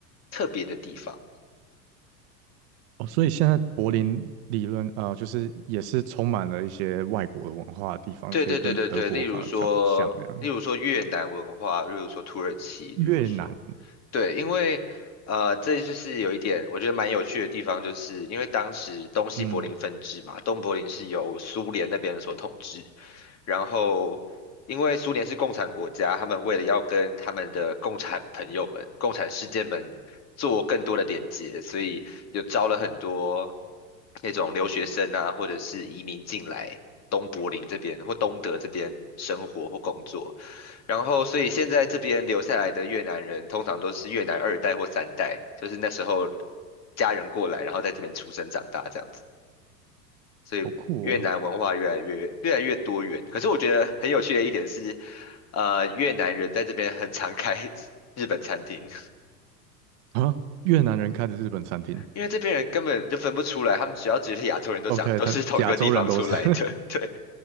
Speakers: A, on the left (about 30°); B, on the right (about 45°).
A: 特别的地方。
B: 哦，所以现在柏林理论呃，就是也是充满了一些外国的文化的地方，
A: 对对对对对，
B: 所以跟德国反而比较不像那样。
A: 例如说，例如说越南文化，例如说土耳其，
B: 越南，
A: 例如说，对，因为呃，这就是有一点我觉得蛮有趣的地方，就是因为当时东西柏林分治嘛，
B: 嗯，
A: 东柏林是由苏联那边所统治，然后因为苏联是共产国家，他们为了要跟他们的共产朋友们、共产世界们做更多的连接，所以有招了很多那种留学生啊，或者是移民进来东柏林这边或东德这边生活或工作。然后，所以现在这边留下来的越南人，通常都是越南二代或三代，就是那时候家人过来，然后在这边出生长大这样子。所以越南文化越来越越来越多元。
B: 好酷哦！
A: 可是我觉得很有趣的一点是，呃，越南人在这边很常开 <laughs> 日本餐厅。
B: 啊，越南人开的日本餐厅
A: 因为这边人根本就分不出来，他们只要觉得亚洲人都长都是同一个地方出来的，
B: ，OK，他亚洲人都是
A: <laughs> 对，